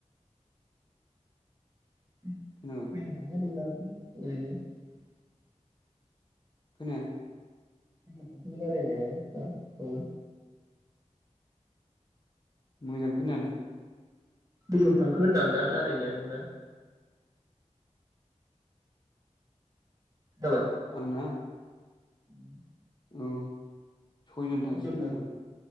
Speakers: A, on the right; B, on the left.
A: उम
B: खोनाबाय
A: <unintelligible> उम ओरैनो
B: खोनाया।
A: नों रायलायनाया दा बावै।
B: मोजां खोनायालै।
A: खैजन थांखो होनदां दा रायलायनाया नोंना? खोनाबाय?
B: आंना?
A: उम।
B: औ। सयजन थांसिगोन
A: खैजन थां
B: एबार।